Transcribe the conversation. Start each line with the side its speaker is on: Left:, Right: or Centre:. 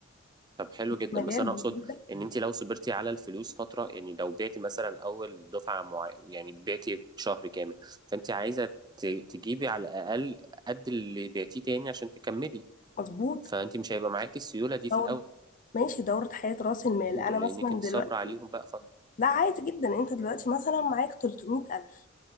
Right: طب حلو
Left: مش
Right: جدا
Left: مجال
Right: بس انا
Left: بيجي
Right: اقصد
Left: ده
Right: ان انت لو صبرتي على الفلوس فترة يعني لو بعتي مثلا اول دفعة مع... يعني بعتي شهر كامل فانت عايزة ت- تجيبي على الاقل قد اللي بعتيه تاني عشان تكملي
Left: مظبوط
Right: فانت مش هيبقى معاكي السيولة دي في
Left: دورة
Right: الاول
Left: ماشي دورة حياة راس المال انا
Right: لأنك
Left: مثلا
Right: أنت
Left: دلوقتي
Right: صابرة عليهم بقى فترة
Left: لا عادي جدا انت دلوقتي مثلا معاك 300000